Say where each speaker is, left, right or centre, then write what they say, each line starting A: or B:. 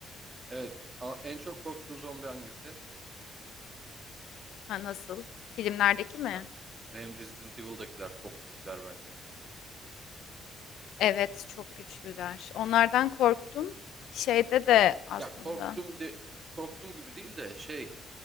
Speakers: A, on the right; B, on the left.
A: Evet. A- en çok korktuğun zombi hangisi?
B: Ha nasıl? Filmlerdeki mi?
A: Ben- benim Resident Evil'dakiler çok güçlüler bence.
B: Evet, çok güçlüler. Onlardan korktum. Şeyde de aslında
A: Ya korktum de korktum gibi değil de şey